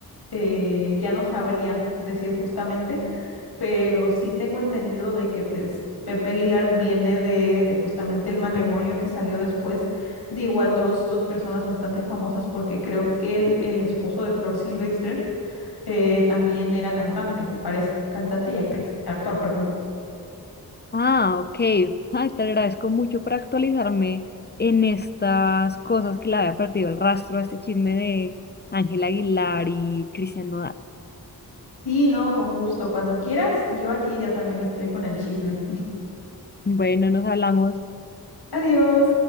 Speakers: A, on the left (about 85°); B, on the left (about 25°).
A: eh, ya no sabría decir justamente, pero sí tengo entendido de que pues Pepe Aguilar viene de, de justamente el matrimonio que salió después de igual dos, dos personas bastante famosas, porque creo que el, el esposo de Flor Silvestre eh, también era cantante, me parece, cantante y actriz, actor, perdón.
B: Ah, ok. Ay, te agradezco mucho por actualizarme en estas cosas que le había perdido el rastro a este chisme de Ángel Aguilar y Cristian Nodal.
A: Sí, no, con gusto. Cuando quieras, yo aquí ya también estoy con el chisme.
B: Bueno, nos hablamos.
A: Adiós.